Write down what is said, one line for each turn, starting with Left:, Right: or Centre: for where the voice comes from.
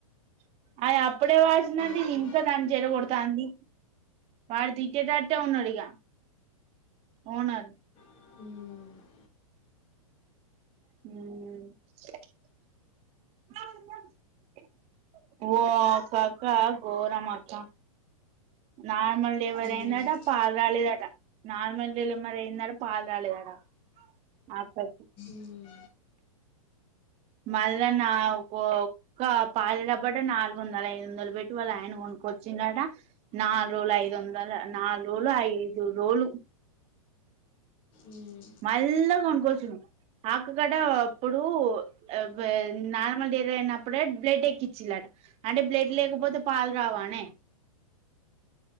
Right: అద్ అప్పుడే వాచ్. <unintelligible>
Left: ఎట్లా
Right: ఇంత దాన్ని చెడగొడ్త్. <unintelligible> వాడు తిట్టేటట్టె ఉన్నాడు ఇగా, ఓనర్.
Left: ఉమ్.
Right: ఉమ్మ్. ఓ ఒక అక్క ఘోరం అక్క, నాక్. మల్ డిలివర్
Left: ఏమేమి
Right: అయిందట పాల్. రాలేదట నార్మల్ డెలిమరి అయిందటా, పాల్ రాలేదట ఆ అక్కకి.
Left: మ్మ్.
Right: మళ్ళా నా ఒ ఒక్క పాలా డబ్బట నాలుగు వందలు, ఐదు వందలు బేట్టి వాళ్ళ ఆయన కొనుకొచ్చిండట. నాల్ రోల్ ఐదు వందల, నాలుగు రోజులు, ఐదు రోజులు.
Left: మ్మ్.
Right: మళ్ళా కొనుక్కొచ్చుడు. ఆ అక్క కట అప్పుడు అ బే నార్మల్ డేరిఅయినప్పుడే బ్లడ్ ఎక్కించీన్లాట. అంటే బ్లడ్ లేకపోతే పాల్ రావానే